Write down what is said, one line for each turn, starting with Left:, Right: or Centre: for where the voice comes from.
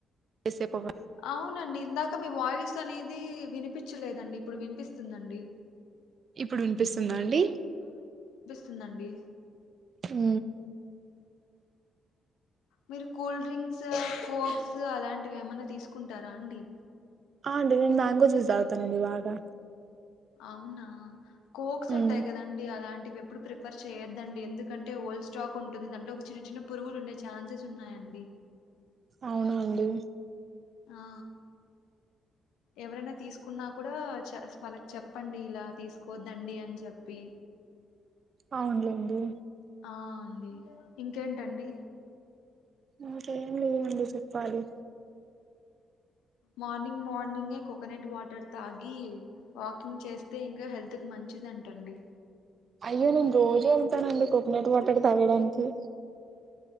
Right: వేసే పొగ
Left: అవునండి, ఇంకా మీ వాయిస్ అనేది. వినిపించలేదండి ఇప్పుడు వినిపిస్తుందండి,
Right: ఇప్పుడు వినిపిస్తుందా అండి,
Left: వస్తుందండి,
Right: హు
Left: మీరు కూల్డ్రింక్స్ కోక్స్ అలాంటివి. ఏమన్నా తీసుకుంటారా అండి,
Right: ఆ అండి నేను మ్యాంగో జూస్ ఆగుతానండి బగా,
Left: అవునా కోక్స్
Right: మ్మ్
Left: ఉంటాయి కదండడి అలాంటి, ఇ ఎప్పుడు ప్రిఫర్ చేయొద్దండి. ఎందుకంటే ఓల్డ్ స్టాక్ ఉంటుంది. దాంట్లో ఒక చిన్న చిన్న పురుగులు ఉండే. ఛాన్సెస్ ఉన్నాయండి,
Right: అవును అండి,
Left: ఆ ఎవరైనా తీసుకున్నా. కూడా చ వాళ్ళకి చెప్పండి ఇలా తీసుకోద్దండి అని చెప్పి,
Right: అవునులేండి,
Left: ఆ అండి ఇంకేంటండి,
Right: ఇంకా ఏం లేవండి చేప్పాలి,
Left: మార్నింగ్ మార్నింగ్ కోకనట్ వాట్, తాగి వాకింగ్ చేస్తే ఇంకా హెల్త్, మంచిదంట అండి
Right: అయ్యో నేను రోజే వెళ్తానండి. కోకోనట్ వాటర్ తాగడానికి,